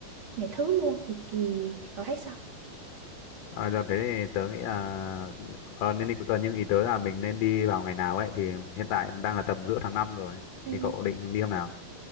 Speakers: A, on the right; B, on the left.
A: ngày thứ luôn thì kỳ cậu thấy sao?
B: À, giờ thế thì tớ nghĩ là ờ, nên đi cuối tuần nhưng ý tớ là mình nên đi vào ngày nào ấy thì hiện tại đang là tầm giữa tháng 5 rồi
A: Ừ.
B: thì cậu định đi hôm nào?